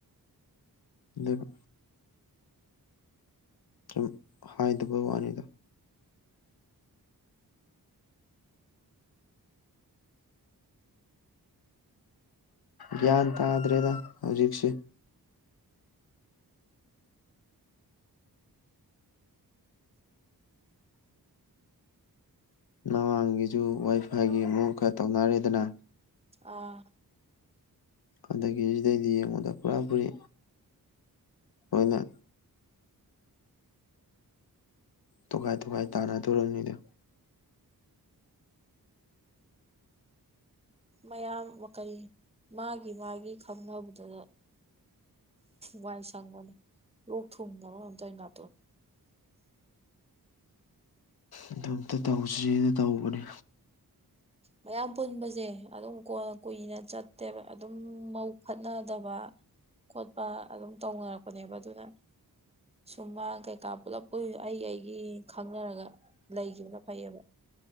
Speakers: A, on the left; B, on the right.
A: ꯑꯗꯨ꯫ ꯁꯨꯝ ꯍꯥꯏꯗꯕ ꯋꯥꯅꯤꯗ꯫ ꯒ꯭ꯌꯥꯟ ꯇꯥꯗ꯭ꯔꯦꯗ ꯍꯧꯖꯤꯛꯁꯦ꯫ ꯃꯃꯥꯡꯒꯤꯁꯨ ꯋꯥꯏ ꯐꯥꯏꯒꯤ ꯑꯃꯨꯛ ꯈꯔ ꯇꯧꯅꯔꯦꯗꯅ꯫
B: ꯑꯥ꯫
A: ꯑꯗꯒꯤ ꯁꯤꯗꯩꯗꯤ ꯌꯦꯡꯉꯨꯗ ꯄꯨꯔꯥ ꯄꯨꯔꯤ꯫ ꯂꯣꯏꯅ꯫ ꯇꯣꯒꯥꯏ ꯇꯣꯒꯥꯏ ꯇꯥꯟꯅꯗꯣꯔꯝꯅꯤꯗꯣ꯫
B: ꯃꯌꯥꯝ ꯀꯩ ꯃꯥꯒꯤ ꯃꯥꯒꯤ ꯈꯪꯅꯕꯗ꯫ ꯋꯥꯏ ꯁꯪꯕꯅꯤ ꯂꯣꯛ ꯊꯨꯡꯉꯕ ꯀꯩꯅꯣꯝ ꯅꯇꯣꯟ꯫
A: ꯑꯗꯨ ꯑꯝꯇ ꯇꯧꯁꯤꯅ ꯇꯧꯕꯅꯤ꯫
B: ꯃꯌꯥꯝ ꯄꯨꯟꯕꯁꯦ ꯑꯗꯨꯝ ꯀꯣꯟꯅ ꯀꯨꯏꯅ ꯆꯠꯇꯦꯕ꯫ ꯑꯗꯨꯝ ꯃꯕꯨꯛ ꯐꯠꯅꯗꯕ ꯈꯣꯠꯄ ꯑꯗꯨꯝ ꯇꯧꯅꯔꯛꯄꯅꯦꯕ ꯑꯗꯨꯅ꯫ ꯁꯨꯝꯃꯥꯡ ꯀꯩꯀꯥ ꯄꯨꯂꯞ ꯑꯩ ꯑꯩꯒꯤ ꯈꯪꯅꯔꯒ ꯂꯩꯈꯤꯕꯅ ꯐꯩꯌꯦꯕ꯫